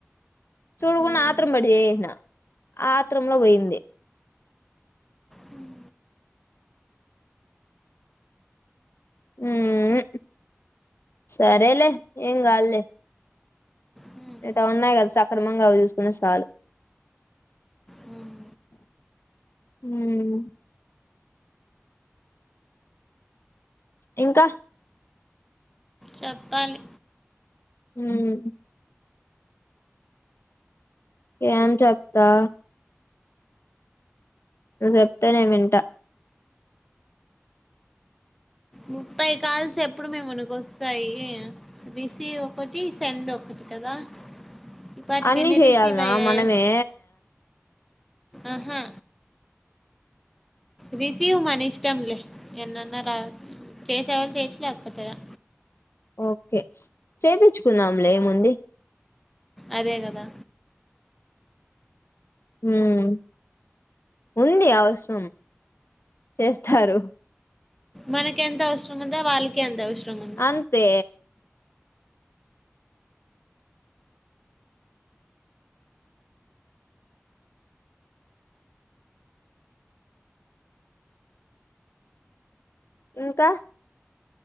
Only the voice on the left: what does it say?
చూడకుడా
ఆత్రరం పడి చేసేసిన్య ఆ ఆత్రంలో పోయింది.
ఉ ఊ సరేలే ఏమ్ కాద్లే
నీతా ఉన్నాయి కదా సక్రమంగా అవి చూసుకున్న సాలు.
ఉ ఇంకా
మ్ ఏమ్ చెప్తా నువ్వు చొప్తే నేను వింటా
అన్ని
చేయాలనా
మనమే
ఓకే చేయిపించుకున్నాములే ఏముంది
ఉమ్ ఉంది అవసరం చేస్తారు
అంతే ఇంకా